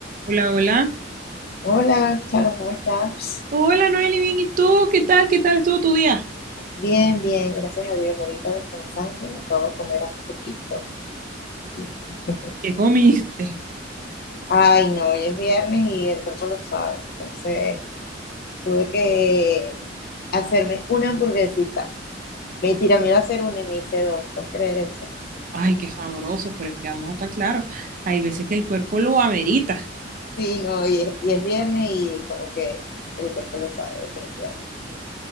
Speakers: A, on the right; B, on the left.
A: Hola, hola.
B: Hola, Charo, ¿cómo estás?
A: Hola, Noeli, bien. ¿Y tú? ¿Qué tal? ¿Qué tal estuvo tu día?
B: Bien, bien, gracias a Dios. Ahorita descansando, acabo de comer hace poquito. <laughs>
A: ¿Qué comiste?
B: Ay, no, hoy es viernes y el cuerpo lo sabe. Entonces, tuve que hacerme una hamburguesita. Mentira, me iba a hacer una y me hice dos. ¿Puedes creer eso?
A: Ay, qué sabroso, pero es que vamos a estar claros. Hay veces que el cuerpo lo amerita.
B: Sí, no, y es, y es viernes y como que el cuerpo lo sabe, definitivamente.